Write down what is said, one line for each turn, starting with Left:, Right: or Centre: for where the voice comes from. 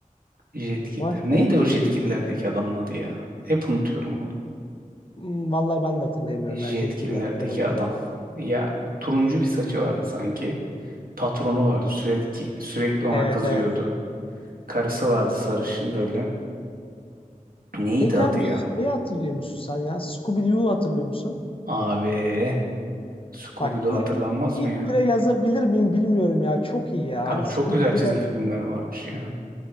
Right: Jetkiller.
Left: Başka
Right: Neydi
Left: başka.
Right: o Jetkiller'deki adamın adı ya? Hep unutuyorum onu.
Left: Hmm, vallahi ben de hatırlayamıyorum ya.
Right: Jetkiller'deki
Left: Jetgiller bekledim onu.
Right: adam. Ya turuncu bir saçı vardı sanki. Patronu vardı. Sürekli sürekli ona
Left: Evet
Right: kızıyordu.
Left: evet.
Right: Karısı vardı sarışın böyle. Neydi
Left: Peki
Right: adı
Left: abi
Right: ya?
Left: şeyi hatırlıyor musun sen ya? Scooby-Doo'yu hatırlıyor musun?
Right: Abi Scooby-Doo
Left: Bak ilk,
Right: hatırlanmaz
Left: ilk
Right: mı ya?
Left: bire yazabilir miyim bilmiyorum ya. Çok iyi ya. Hani
Right: Abi
Left: Scooby-Doo'da
Right: çok güzel çizgi filmler varmış ya.